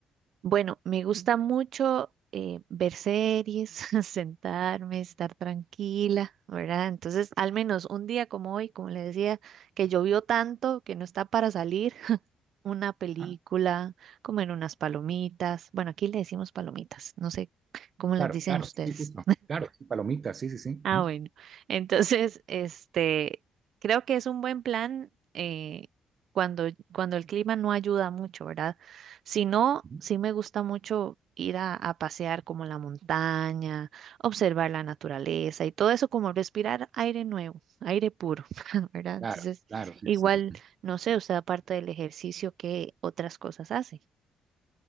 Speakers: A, on the right; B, on the right.
A: Bueno, me gusta mucho eh, ver series, <laughs> sentarme, estar tranquila, ¿verdad? Entonces, al menos un día como hoy, como le decía, que llovió tanto que no está para salir, <laughs> una película,
B: Ajá.
A: comer unas palomitas. Bueno, aquí le decimos palomitas, no sé cómo
B: Claro,
A: les dicen
B: claro,
A: ustedes.
B: sí, justo. Claro, sí, palomitas, sí, sí, sí.
A: Ah,
B: Ujú,
A: bueno. Entonces, este, creo que es un buen plan eh, cuando, cuando el clima no ayuda mucho, ¿verdad? Si no,
B: ujú.
A: sí me gusta mucho ir a, a pasear como la montaña, observar la naturaleza y todo eso, como respirar aire nuevo, aire puro, <laughs> ¿verdad?
B: Claro,
A: Entonces,
B: claro, sí,
A: igual,
B: sí. sí.
A: no sé, usted aparte del ejercicio, ¿qué otras cosas hace?